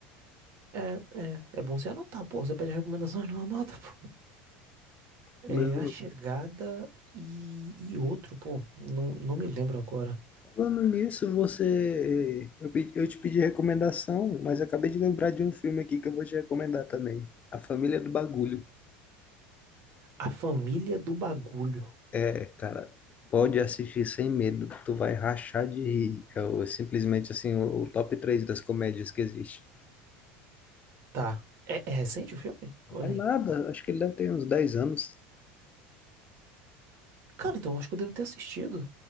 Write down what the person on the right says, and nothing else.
É, é, é bom você anotar, pô. Você pede recomendação e não anota, pô. É,
A Chegada e, e outro, pô. Não, não me lembro agora.
A Família do Bagulho.
Tá. É, é recente o filme? Ou
nem?
Cara, então eu acho que eu devo ter assistido.